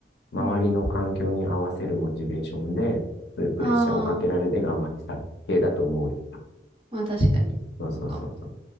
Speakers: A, on the left; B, on the right.
A: 周りの環境に合わせるモチベーションで、
B: うん。
A: そういうプレッシャーをかけられて頑張ってた系だと思うよ。
B: ああ、まあ確かに。
A: そうそうそうそう。
B: そうかも。